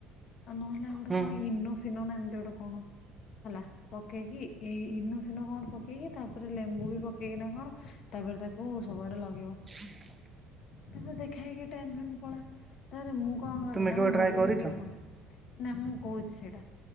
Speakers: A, on the left; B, on the right.
A: ଆଉ ନହେଲେ ଆଉ ଗୋଟେ
B: ହୁଁ
A: କଣ ଇନୋ ଫିନୋନା ଏମିତି ଗୋଟେ କଣ ହେଲା। ପକେଇକି ଏଇ ଇନୋଫିନୋ କଣ ପକେଇକି ତାପରେ ଲେମ୍ବୁବି ପକେଇକିନା କଣ ତାପରେ ତାକୁ କୁ ସବୁଆଡ଼େ ଲଗେଇିବ।
B: <inaudible>
A: ତାପରେ ଦେଖା ହେଇକି ଟାଇମ୍ ଫାଇମ୍ ପଳାଏ ତାପରେ ମୁଁ କଣ କରେନା
B: ତୁମେ କେବେ
A: ମୁଁ ଭାବିବିକି
B: ଟ୍ରାଏ କରିଛ?
A: ହଁ ନା ମୁଁ କହୁଛି ସେଇଟା